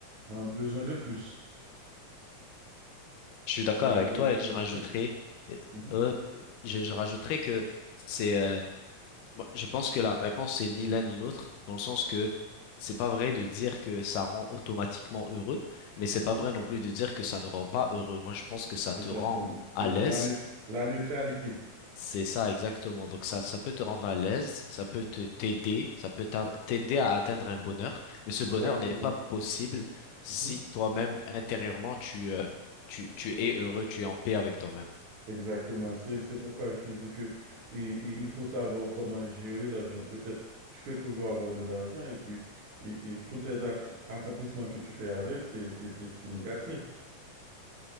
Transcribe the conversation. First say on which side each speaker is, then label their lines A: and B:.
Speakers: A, on the right (about 65°); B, on the left (about 85°).
A: un besoin de plus.
B: Je suis d'accord
A: Cela
B: avec
A: veut
B: toi et
A: dire
B: je rajouterai,
A: que...
B: euh,
A: Mhm,
B: euh, je, je rajouterai que c'est, euh, Moi, je pense que la réponse c'est ni l'un ni l'autre, dans le sens que c'est pas vrai de dire que ça rend automatiquement heureux, mais c'est pas
A: mhm,
B: vrai non plus de dire que ça ne rend pas heureux. Moi, je pense que ça
A: Exactement.
B: te rend
A: C'est
B: à l'aise,
A: la, neut- la neutralité.
B: c'est ça exactement. Donc ça, ça peut te rendre à l'aise, ça peut te t'aider, ça peut t'a- t'aider à atteindre un bonheur, mais ce
A: Exactement.
B: bonheur n'est pas possible si
A: Mhm.
B: toi-même intérieurement tu, euh, tu tu es heureux, tu es en paix avec toi-même.
A: Exactement, c'est c'est pourquoi je te dis que et, et il faut savoir comment gérer l'argent. Peut-être tu peux toujours avoir de l'argent et puis et, et tous tes ac- accomplissements que tu fais avec, c'est c'est- c'est- c'est négatif.